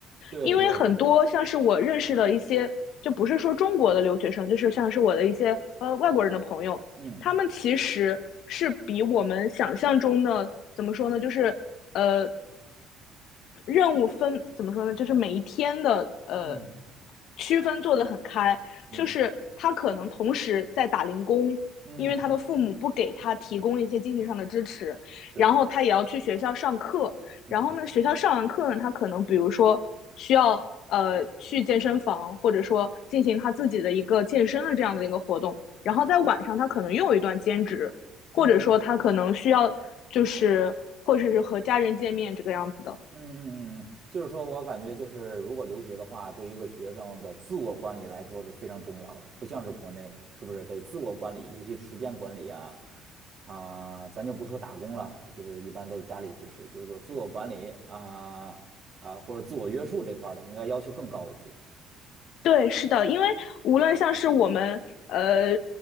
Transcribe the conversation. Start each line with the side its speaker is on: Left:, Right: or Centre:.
Right: 对对对，
Left: 因为很多像是我认识的一些，就不是说中国的留学生，就是像是我的一些呃外国人的朋友，
Right: 嗯
Left: 他们其实是比我们想象中的怎么说呢，就是呃任务分怎么说呢，就是每一天的呃
Right: 嗯
Left: 区分做得很开，
Right: 嗯
Left: 就是他可能同时在打零工。
Right: 嗯，
Left: 因为他的父母不给他提供一些经济上的支持，
Right: 是，
Left: 然后他也要去学校上课，
Right: 嗯
Left: 然后呢，学校上完课呢，他可能比如说需要呃去健身房，或者说进行他自己的一个健身的这样的一个活动。然后在晚上，他可能又有一段兼职，或者说他可能需要就是或者是和家人见面这个样子的。
Right: 嗯嗯嗯嗯嗯，就是说我感觉就是，如果留学的话，对于一个学生的自我管理来说是非常重要的，不像是国内，是不是得自我管理，尤其时间管理啊，啊、咱就不说打工了，就是一般都是家里支持，就是说自我管理啊啊、或者自我约束这块儿的，应该要求更高一些。
Left: 对，是的，因为无论像是我们呃